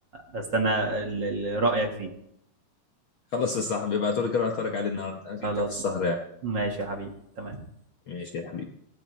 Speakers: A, on the right; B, on the left.
A: هستنى ال- ال- رايك فيه
B: خلص يا صاحبي ابعته لي كده اتفرج عليه النهارده انا
A: خلاص
B: كده كده في السهر يعني
A: ماشي يا حبيبي تمام
B: ماشي يا حبيبي